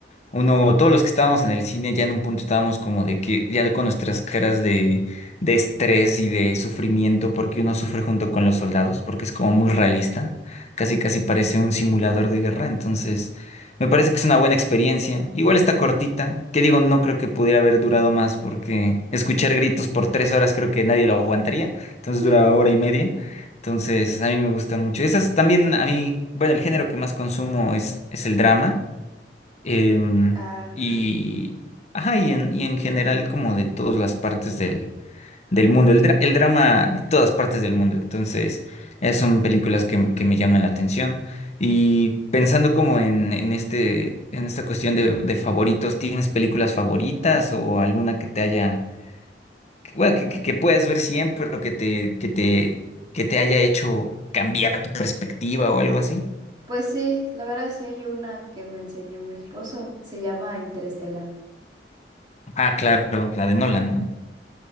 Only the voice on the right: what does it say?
Hmm.
Ah,
ajá.
Pues sí, la verdad sí hay una que me enseñó mi esposo, se llama Interestelar.